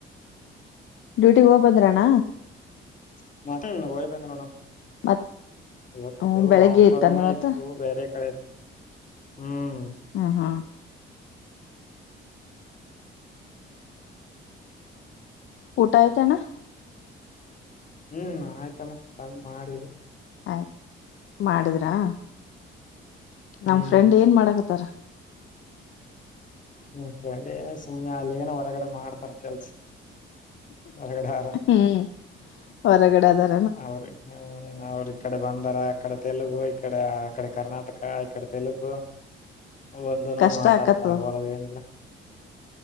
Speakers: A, on the left (about 75°); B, on the left (about 40°).
A: ಡ್ಯೂಟಿಗ ಹೋಗ್ ಬಂದ್ರಯ ಅಣ್ಣ.
B: <unintelligible> ಹೋಗಿ ಬಂದ ನೋಡವ್ವ.
A: ಮತ್
B: ಇವತ್ತು
A: ಹ್ಮ ಬೆಳಿಗ್ಗೆ
B: ಅಷ್ಟಾರಣೆ
A: ಇತ್ತಾನ ಇವತ್ತು
B: ಇತ್ತು ಬೇರೆ ಕಡೆ. ಹ್ಮ್.
A: ಹಾ ಹಾ. ಊಟ ಆಯ್ತಾ ಅಣ್ಣ.
B: ಹ್ಮ್ ಆಯ್ತ ಅಮ್ಮ ಬಂದ್ ಮಾಡಿವಿ.
A: ಆಯ್ ಮಾಡಿದ್ರಾ. ನಮ್
B: ಹ್ಮ್
A: ಫ್ರೆಂಡ್ ಏನ್ ಮಾಡಾಕತ್ತಾರ.
B: ನಿಮ್ಮ ಫ್ರೆಂಡ್ ಎನ್ ಸುಮ್ಮ್ನೆ ಅಲ್ಲಿ ಏನೋ ಹೊರಗಡೆ ಮಾಡ್ತಾರ ಕೆಲ್ಸ. ಹೊರಗಡೆ ಆರಾಮ್
A: ಹ್ಮ್ ಹೊರಗಡೆ ಅದರ.
B: ಹೌ್ರೀ ಹ್ಮ ಅವ್ರ ಇಕಡೆ ಬಂದಾರ ಅಕಡೆ ತೆಲುಗು ಇಕಡೆ ಅಕಡೆ ಕರ್ನಾಟಕ ಇಕಡೆ ತೆಲುಗು ಒಂದು ನು
A: ಕಷ್ಟ
B: ಮಾತಾಡ್
A: ಆಕತ್ತು
B: <unintelligible> ಏನ ಇಲ್ಲಾ.